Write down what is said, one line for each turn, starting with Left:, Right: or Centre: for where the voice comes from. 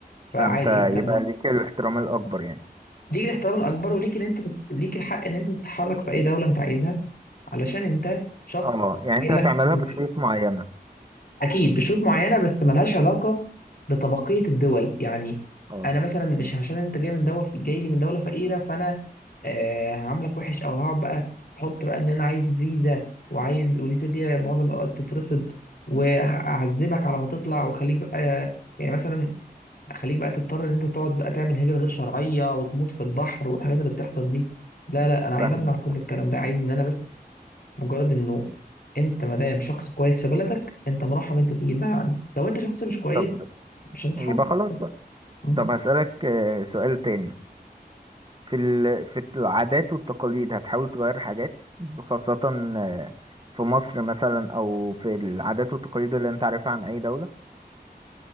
Left: فعادي
Right: فانت
Left: انت
Right: يبقى ليك الاحترام الاكبر يعني
Left: ليك الاحترام الاكبر وليك ان انت تت... ليك الحق ان انت تتحرك في اي دوله انت عايزها علشان انت شخص
Right: اه
Left: سجلك
Right: يعني انت هتعملها
Left: نظيف.
Right: بشروط معينة
Left: اكيد بشروط معينه بس ملهاش علاقه بطبقيه الدول يعني
Right: اه
Left: انا مثلا مش عشان انت جاي من دوله جاي لي من دوله فقيره فانا آه هعاملك وحش او هقعد بقى احط بقى ان انا عايز فيزا وعايز والفيزا دي معظم الاوقات تترفض واعذبك على ما تطلع واخليك بقى يعني مثلا خليك بقى تضطر ان انت تقعد بقى تعمل هجرة غير شرعية وتموت في البحر والحاجات اللي بتحصل دي لا لا انا عايز
Right: فاهمك
Left: امنع كل الكلام ده عايز ان انا بس مجرد انه انت ما دام شخص كويس في بلدك انت مرحب انت تيجي البلد عندي لو انت شخص مش كويس
Right: طب
Left: مش هتتحرك
Right: يبقى خلاص بقى
Left: م?
Right: طب هسألك آه، سؤال تاني في ال... في العادات والتقاليد هتحاول تغير حاجات خاصة آه، في مصر مثلا أو في العادات والتقاليد اللي أنت عارفها عن أي دولة